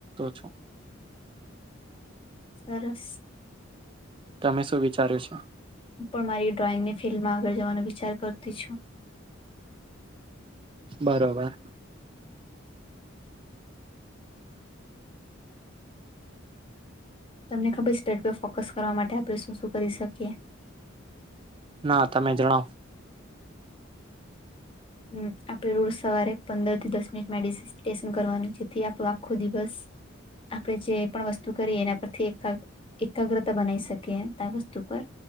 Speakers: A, on the right; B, on the left.
A: છું
B: સરસ
A: તમે શું વિચાર્યું છે
B: હું પણ મારી ડ્રોઈંગને ફિલ્ડમાં આગળ જવાનો વિચાર કરતી છું
A: છે બરોબર
B: તમને ખબર સ્ટડ પર ફોકસ કરવા માટે આપણે શું શું કરી શકીએ
A: ના તમે જણાવ
B: હમ આપડે રોજ સવારે પંદર થી દસ મિનિટમાંેશન કરવાનું જેથી આપણો આખો દિવસ આપણે જે પણ વસ્તુ કરીએ એના પરથી એક એકાગ્રતા બનાવી શકીએ ત વસ્તુ પર